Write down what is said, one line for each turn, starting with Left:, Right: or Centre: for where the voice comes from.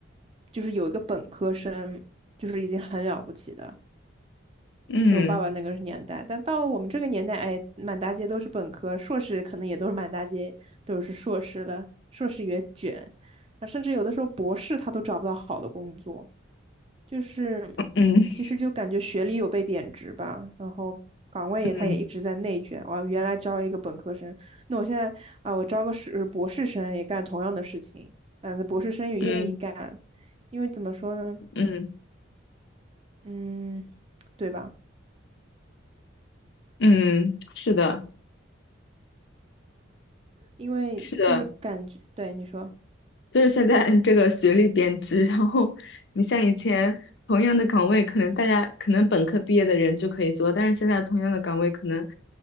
Right: 就是有一个本科生，就是已经很了不起的，
Left: 嗯
Right: 在我爸爸那个年代。但到我们这个年代，哎，满大街都是本科，硕士可能也都是满大街都是硕士了，硕士也卷，啊甚至有的时候博士他都找不到好的工作。就是
Left: 嗯
Right: 其实就感觉学历有被贬值吧，然后岗位也它也一直在内卷。
Left: 嗯嗯
Right: 我原来招一个本科生，那我现在啊，我招个是博士生也干同样的事情，嗯、那博士生也愿意干，
Left: 嗯
Right: 因为怎么说呢，
Left: 嗯，
Right: 嗯，对吧？
Left: 嗯是的，
Right: 因为就是感觉，
Left: 是的，
Right: 对你说。
Left: 就是现在这个学历贬值，然后你像以前同样的岗位，可能大家可能本科毕业的人就可以做，但是现在同样的岗位，可能